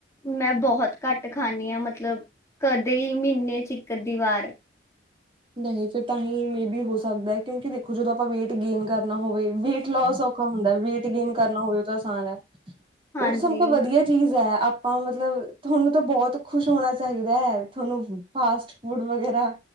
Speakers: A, on the left; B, on the right.
A: ਮੈਂ ਬੋਹਤ ਕੱਟ ਖਾਂਣੀ ਹਾਂ ਮਤਲਬ ਕਦੇ ਈ ਮੀਨੇ ਚ ਇੱਕ- ਅਧੀ ਵਾਰ।
B: ਨਹੀਂ ਫਿਰ ਤਾਂ ਹੀ ਮੇਬੀ ਹੋ ਸਕਦਾ ਕਿਉਂਕਿ ਦੇਖੋ ਜਦੋਂ ਆਪਾਂ ਵੇਟ ਗੇਨ ਕਰਨਾ ਹੋਵੇ ਵੇਟ ਲੋਸ ਹੁੰਦਾ ਵੇਟ ਗੇਨ ਕਰਨਾ ਹੋਵੇ ਤਾਂ ਆਸਾਨ ਐ
A: ਹਾਂਜੀ
B: ਓ ਤਾਂ ਸਭ ਤੋ ਵਧੀਆ ਚੀਜ਼ ਹੈ ਆਪਾਂ ਮਤਲਬ ਤੁਹਾਨੂੰ ਤਾਂ ਬੋਹਤ ਖੁਸ਼ ਹੋਣਾ ਚਾਹੀਦਾ ਤੁਹਾਨੂੰ ਫਾਸਟ ਫੂਡ ਵਗੈਰਾ